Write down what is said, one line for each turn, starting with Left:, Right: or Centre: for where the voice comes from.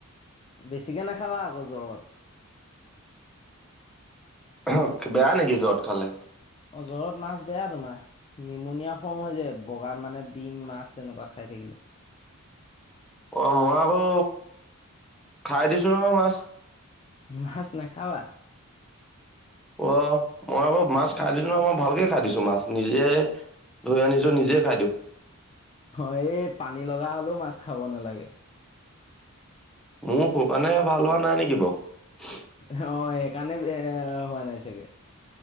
Left: বেছিকে নাখাবা আকৌ জ্বৰত
Centre: অহঁ বেয়া নেকি যত খালে
Left: অ জ্বৰত মাছ বেয়া তোমাৰ নিমনিয়া ফৰ্ম হৈ যায় বগা মানে ডিম মাছ তেনেকুৱা খাই থাকিলে িল <unintelligible>
Centre: অ মই আকৌ খাই দিছো নহঁ মাছ
Left: মাছ নাখাবা
Centre: অহঁ মই আকৌ মাছ খাই দিছো নহঁ মই ভালকে খাই দিছোঁ মাছ নিজে ধৰি আনিছোঁ নিজে খাই দিওঁ।
Left: হয়, এই পানী লগা হলেওঁ মাছ খাব নেলাগে
Centre: মোৰ <unintelligible> কাৰণে ভাল হোৱা নাই নেকি বাৰু
Left: অহ, সেইকাৰণে এ' হোৱা নাই চাগে